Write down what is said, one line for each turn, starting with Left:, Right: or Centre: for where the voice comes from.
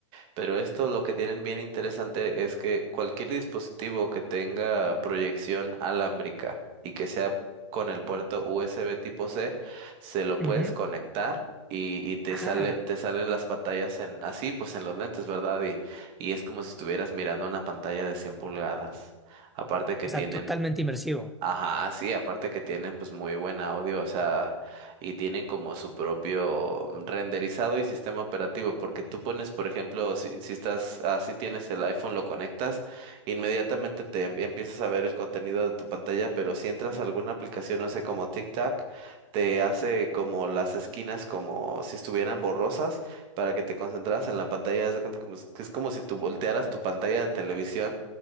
Right: Pero esto lo que tienen bien interesante es que cualquier dispositivo que tenga proyección alámbrica y que sea con el puerto USB tipo C, se lo puedes
Centre: Ujú.
Right: conectar. Y, y te
Centre: Ah,
Right: sale, te salen las pantallas en así, pues en los lentes, ¿verdad? Y, y es como si estuvieras mirando una pantalla de 100 pulgadas. Aparte que
Centre: o
Right: tienen
Centre: sea, totalmente inmersivo.
Right: Ajá, sí, aparte que tienen pues muy buen audio, o sea, y tienen como su propio renderizado y sistema operativo, porque tú pones, por ejemplo, si, si estás, así tienes el iPhone, lo conectas, inmediatamente te em- empiezas a ver el contenido de tu pantalla, pero si entras a alguna aplicación, no sé, como TikTok, te hace como las esquinas como si estuvieran borrosas para que te concentras en la pantalla, haz de cuenta como si- que es como si tú voltearas tu pantalla de televisión